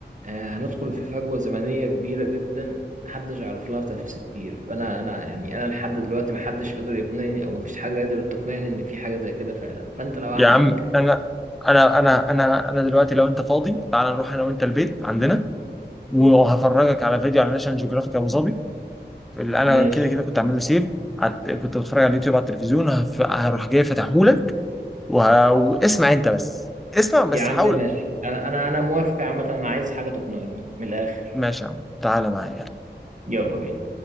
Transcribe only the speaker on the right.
آه، هندخل في فجوة زمنية كبيرة جدا محدش يعرف لها تفسير فأنا أنا يعني أنا لحد دلوقتي محدش قدر يقنعني أو مفيش حاجة قدرت تقنعني إن في حاجة زي كده فعلا فأنت لو عندك
ماشي
يا عم
ماشي أنا أنا أنا موافق عامة أنا عايز حاجة تقنعني من الآخر
يلا بينا